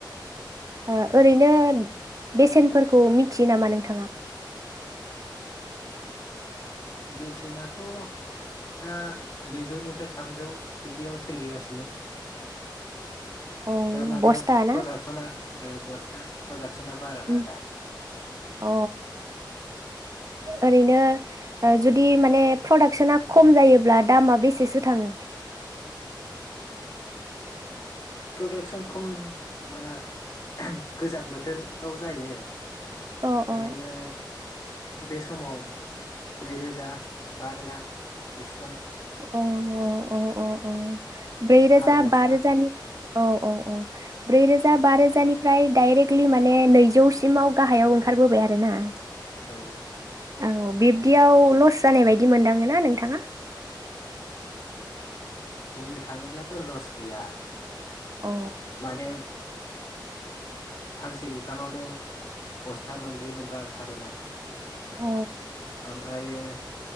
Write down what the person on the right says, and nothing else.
ओ ओरैनो बेसेनफोरखौ मिथियो नामा नोंथाङा
अ
बस्था
ना
उम
अ ओरैनो ओ जुदि माने प्रडाक्सोना खम जायोब्ला दामा बेसेसो थाङो?
अ अ
अ अ अ अ ब्रै रोजा
बा रोजानि औ औ औ। ब्रै रोजा बा रोजानि फ्राय डाइरेक्टलि माने नैजौ सिमाव गाहायाव ओंखारबोबाय आरो ना।
औ बिब्दियाव लस जानाय बायदि मोनदाङो ना नोंथाङा? <inaudible>
अ
अ